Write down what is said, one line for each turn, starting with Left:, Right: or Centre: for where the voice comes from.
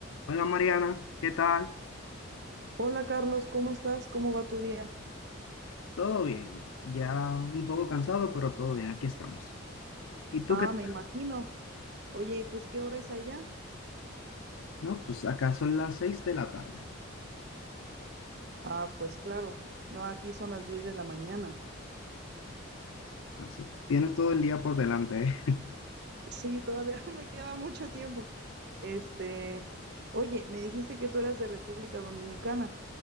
Left: Hola Mariana, ¿qué tal?
Right: Hola Carlos, ¿cómo estás? ¿Cómo va tu día?
Left: ¿Todo bien? Ya un poco cansado, pero todo bien, aquí estamos. ¿Y tú
Right: Ah,
Left: qué tal?
Right: me imagino. Oye, ¿y pues qué hora es allá?
Left: No, pues acá son las seis de la tarde.
Right: Ah, pues claro. No, aquí son las diez de la mañana.
Left: Así. Tienes todo el día por delante, ¿eh?
Right: Sí, todavía <laughs> me queda mucho tiempo. Este, oye, me dijiste que tú eras de República Dominicana.